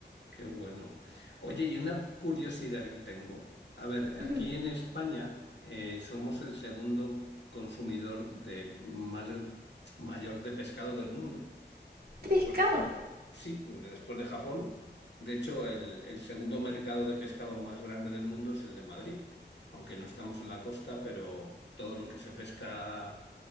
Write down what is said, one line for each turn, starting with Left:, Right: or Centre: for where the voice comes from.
Left: Qué bueno. Oye, y una curiosidad que tengo. A ver, aquí
Right: Ujú.
Left: en España eh, somos el segundo consumidor de más- mayor de pescado del mundo. Después
Right: ¡De pescado!
Left: de Japón. Sí, después de Japón. De hecho, el, el segundo mercado de pescado más grande del mundo es el de Madrid. Aunque no estamos en la costa, pero todo lo que se pesca